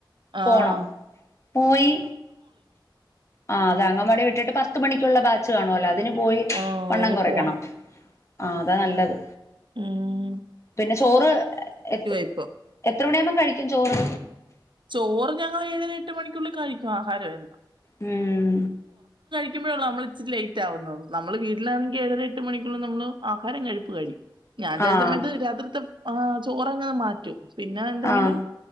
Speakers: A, on the right; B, on the left.
A: ആഹ
B: പോണം പോയി ആ അത് അങ്ങ അടെ വിട്ടിട്ട് പത്ത് മണിക്കുള്ള ബാച്ച് കാണല്ലോ അതി പോയി
A: ആ
B: വണ്ണം
A: അതിന്
B: കുറക്കണം
A: പോണം
B: ആ അതാ നല്ലത്
A: ആം
B: പിന്നെ ചോറ് എ
A: ഇപ്പൊ
B: എത്ര മണിയാകുമ്പം കഴിക്കും ചോറ്
A: ചോറ് ഞങ്ങൾ ഏഴര എട്ട് മണിക്കുള്ളിൽ കഴിക്കും ആഹാരം എല്ലാം
B: ഉം
A: ിക്ക്പോഴ നമ്മള ഇച്ചി് ലേറ്റ് ആകുന്നു നമ്മള് വീട്ടിലാണങ്കിൽ ഏഴര എട്ട് മണിക്കുള്ളും നമ്മള് ആഹാരം കഴുപ്പ് കഴിയും ഞാൻ ചില
B: ആഹ്
A: സമയത്ത് രാത്രിത്തെ ആ് ചോറങ്ങ് മാറ്റും പിന്നെ എന്തെങ്കിലും
B: ആഹ്